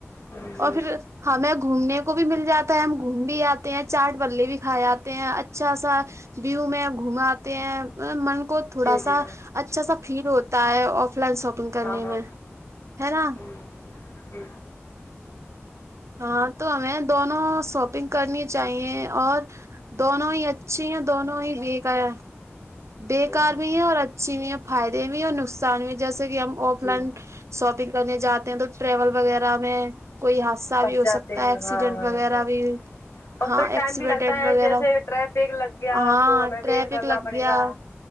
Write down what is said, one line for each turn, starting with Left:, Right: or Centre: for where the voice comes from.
Left: ہوں ہوں
Right: اور پھر ہمیں گھومنے کو بھی مل جا تا ہے ہم گھوم بھی آتے ہیں چاٹ بلے بھی کھائے جاتے ہیں اچھا سا ویو میں گھماتے ہیں من کو تھوڑا
Left: جی جی
Right: سا اچھا سا فیل ہوتا ہے آف لائن شاپنگ کرنے
Left: ہاں ہاں
Right: میں ہے نا
Left: ہوں جی
Right: ہاں تو ہمیں دونوں شاپنگ کرنی چاہیے اور دونوں ہی اچھی ہیں دونوں ہی ویکایا بےکار
Left: ہوں
Right: بھی ہے اور اچھی بھی ہے فائدے بھی اور نقصان بھی جیسے کہ ہم آف
Left: جی
Right: لائن شاپنگ کرنے جاتے ہیں تو ٹریول وغیرہ میں کوئی ح ا
Left: پھنس
Right: بھی ہو
Left: جاتے
Right: سکتا
Left: ہیں
Right: ہے ایکسیڈنٹ
Left: ہاں ہاں
Right: وغیرہ
Left: ہاں
Right: بھی
Left: اور
Right: ہاں
Left: پھر
Right: ایکسیڈڈ
Left: ٹائم بھی لگتا ہے
Right: وغیرہ
Left: جیسے ٹریفک لگ گیا
Right: ہاں
Left: تو ہمیں
Right: ٹرفک
Left: ویٹ کرنا
Right: لگ
Left: پڑے
Right: گیا
Left: گا